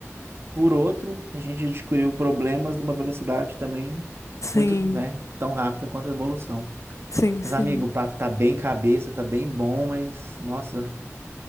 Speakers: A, on the right; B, on the left.
A: por outro, a gente descobriu problemas numa velocidade também
B: Sim,
A: muito, né, tão rápida quanto a evolução.
B: sim,
A: Mas,
B: sim.
A: amigo, o papo tá bem cabeça, tá bem bom, mas, nossa,